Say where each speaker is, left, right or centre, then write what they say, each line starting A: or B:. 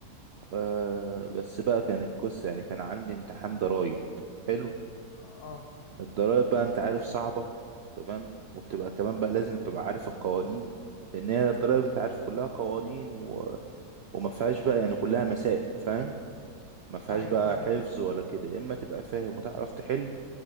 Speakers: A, on the right; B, on the left.
A: آه بس بقى كان القصة يعني كان عندي امتحان ضرايب حلو
B: اه آه.
A: الضرايب بقى انت عارف صعبة تمام وبتبقى كمان بقى لازم تبقى عارف القوانين لأن هي الضرايب انت عارف كلها قوانين و... وما فيهاش بقى يعني كلها مسائل فاهم ما فيهاش
B: ايوه
A: بقى
B: ايوه
A: حفظ ولا كده يا اما تبقى فاهم وتعرف تحل